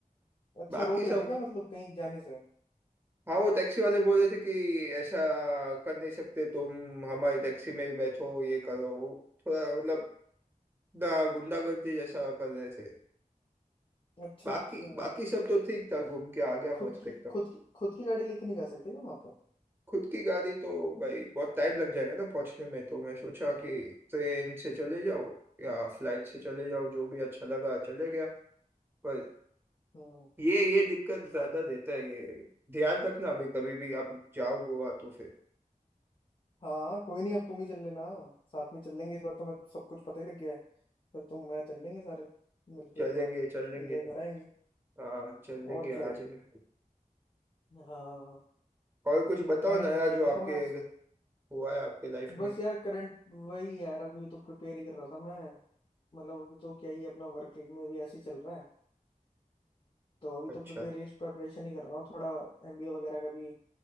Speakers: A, on the left; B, on the right.
A: अच्छा
B: बाकी
A: रोक रहे
B: सब
A: थे क्या मतलब कहीं जाने से
B: हाँ वो टैक्सी वाले बोल रहे थे कि ऐसा कर नहीं सकते तुम हमारी टैक्सी में ही बैठो ये करो थोड़ा मतलब ना गुंडागर्दी जैसा कर रहे थे
A: अच्छा
B: बाकी
A: अच्छा
B: बाकी सब तो ठीक था घूम के आ गया
A: खुद
B: मस्त
A: की
B: एकदम
A: खुद की खुद की गाड़ी लेके नहीं जा सकते क्या वहां पर
B: खुद की गाड़ी तो भाई बहुत टाइम लग जाएगा ना पहुंचने में तो मैं सोचा कि ट्रेन से चले जाओ या फ्लाइट से चले जाओ जो भी अच्छा लगा चले गया पर
A: हम्म
B: ये ये दिक्कत ज्यादा देता है ये ध्यान रखना अभी कभी भी आप जाओ गोवा तो फिर
A: हाँ कोई नहीं अब तुम ही चल लेना साथ में चल लेंगे इस बार तुम्हें सब कुछ पता ही लग गया है तो तुम मैं चल लेंगे सारे मिलके
B: चलेंगे
A: एक बार
B: चल लेंगे
A: एंजॉय कराएंगे
B: हाँ चल लेंगे
A: और क्या है
B: आ जाएंगे
A: हाँ
B: और कुछ बताओ
A: प्लान
B: नया जो
A: देखो
B: आपके
A: मैं
B: हुआ है आपके लाइफ में
A: बस यार करंट वही यार अभी तो प्रिपेयर ही कर रहा था मैं मतलब अभी तो क्या ही अपना वर्क में भी ऐसे ही चल रहा है तो अभी
B: अच्छा
A: तो प्रिपेरेशन प्रेपरेशन ही कर रहा हूँ थोड़ा एमबीए वगैरह का भी